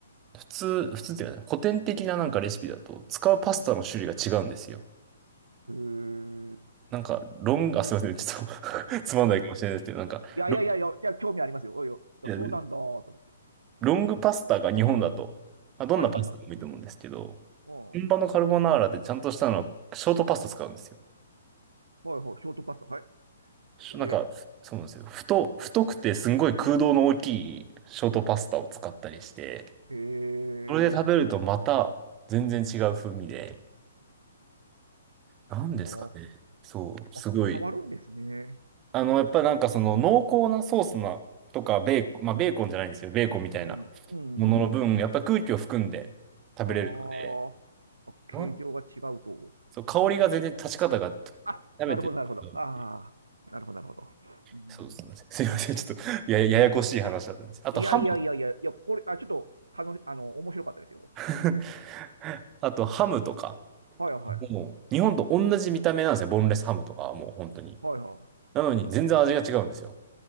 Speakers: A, on the right; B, on the right.
A: 普通、普通っていうかね、古典的ななんかレシピだと、使うパスタの種類が違うんですよ。
B: うん。へえ。
A: なんか、ロング、あ、すいません、ちょっと <laughs> つまんないかもしれないですけど、
B: あ
A: なんか、
B: いやいやいやいや、
A: ロン、
B: いや興味ありますよ。おいよ。いやそうなんだ、
A: いや
B: と思って。
A: ロングパスタが日本だと、まあ、どんなパスタでもいいと思うんですけど、
B: はいはいはい。うん。
A: 本場のカルボナーラでちゃんとしたのは、
B: は
A: ショートパスタ使うんですよ。
B: いはい、ショートパスタ。はい。
A: しなんか、
B: えー、
A: そうなんですよ。太、太くてすんごい空洞の大きいショートパスタを使ったりして、
B: ええ
A: それで食べるとまた全然違う風味で、
B: うん。
A: なんですかね。
B: あ
A: そう、
B: あ。
A: すごい。
B: あ、変わるんですね。
A: あの、やっぱなんかその濃厚なソースなとかベーコン、まあベーコンじゃないんですよ。ベーコンみたいな
B: うん、う
A: ものの分、
B: ん。
A: やっぱ空気を含んで食べれるので、
B: ああ。あ形状が違うと。
A: なんそう、香りが全然立ち方が食べてる
B: いうことあ、なるほど、なるほど。ああ。
A: い
B: なるほど、なるほど。うん。
A: そうですね。<laughs> すいません。ちょっとやや、ややこしい話だったんです。あとハムとか。
B: いやいやいやいや、いや、これ、あ、ちょっと、楽し、あの、面白かったですよ。
A: <laughs> あとハムとか。
B: はいはい。
A: もう日本と同じ見た目なんですよ。ボンレスハムとかはもう本当に。
B: はいは
A: なのに全然味が違うんですよ。